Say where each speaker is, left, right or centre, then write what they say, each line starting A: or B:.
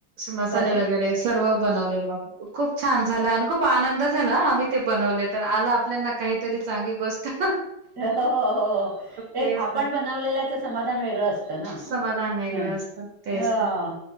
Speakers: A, on the right; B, on the right.
A: मसाले
B: बाकी
A: वगैरे सर्व बनवले मग खूप छान झालं आणि खूप आनंद झाला आम्ही ते बनवले तर आला आपल्याना काहीतरी चांगली गोष्ट.
B: हो हो हो
A: तेच
B: एक आपण
A: तर
B: बनवलेलाच समाधान वेगळं असतं ना.
A: समाधान वेगळं
B: आऽऽऽ.
A: असतं तेच तर